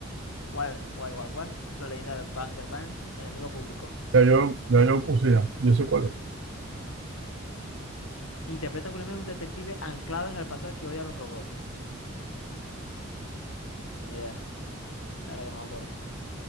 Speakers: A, on the left; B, on the right.
A: Wild, Wild Wild West, La leyenda del Bunker Vance, Enemigo Público.
B: Ya yo, ya yo puse ya. Yo sé cuál es.
A: Interpreta a Will Smith a un detective anclado en el pasado que odia a los robots. Ni idea, la verdad que no me acuerdo.